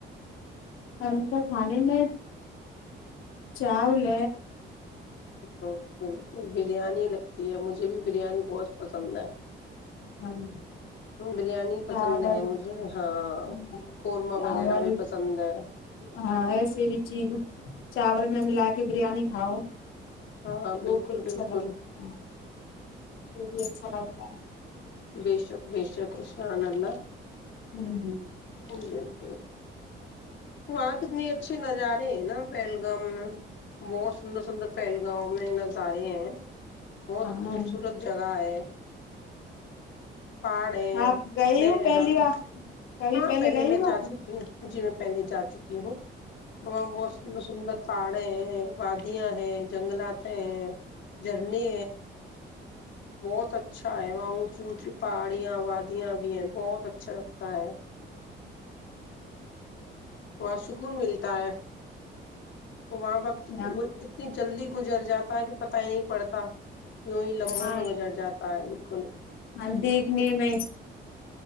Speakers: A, on the left; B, on the left.
A: ہم کو کھانے میں چاؤول
B: ہ بالکل بریانی لگتی ہے مجھے بھی بریانی بہت پسند ہے
A: ہاں
B: بریانی
A: چاول
B: پسند ہے مجھے ہاں
A: ہ
B: قورمہ
A: چاول
B: وغیرہ بھی پسند ہے
A: ہاں ایسے بھی چیز چاول میں ملا کہ بریانی کھاؤ
B: ہاں
A: تو وہ
B: بالکل
A: بھی اچھا
B: بالکل
A: لگتا ہے وہ بھی اچھا لگتا ہے
B: ب شک ب شک ا ش آانلہ
A: ہ
B: بالکل وہاں کتنے اچھے نظارے ہیں نا پہلگام میں بہت سندر سندر پہلگامؤ میں نظارے ہیں بہت
A: ہاں
B: خوبصورت جگہ ہے پہاڑ ہے
A: آپ گئے ہو پہلی
B: ہاں
A: بار کبھی
B: ہاں پہلے
A: گئے
B: میں
A: ہو
B: جا
A: آپ
B: چکی ہوں جی میں پہلے جا چتیی ہوں وہ
A: اچھا
B: بہت سندر سندر پہاڑ ہے وادیاں ہے جنگلات ہے جرنی بہت اچھا ہے وہاں اونچی اونچی پہاڑیاں وادیاں بھی ہیں بہت اچھا لگتا ہے وہ سکون ملتا ہے وہاں وقت
A: اچھا
B: اتنی جلدی گزر جا ہے کہ پت ہی نہیں پڑتا یوں ہی لمحوں
A: ہاں
B: میں گزر جاتا ہے کون
A: ہاں دیکھنے میں